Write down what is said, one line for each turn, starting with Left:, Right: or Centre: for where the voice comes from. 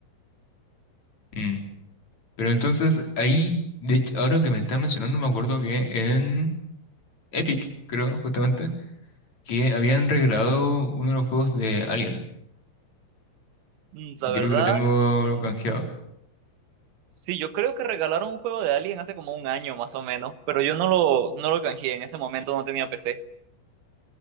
Left: Mm. Pero entonces ahí, de hecho, ahora que me estás mencionando, me acuerdo que en Epic, creo, justamente, que habían regalado uno de los juegos de Alien.
Right: Mm, La
Left: Y
Right: verdad,
Left: creo que lo tengo canjeado.
Right: sí, yo creo que regalaron un juego de Alien hace como un año más o menos, pero yo no lo, no lo canjeé, en ese momento no tenía PC.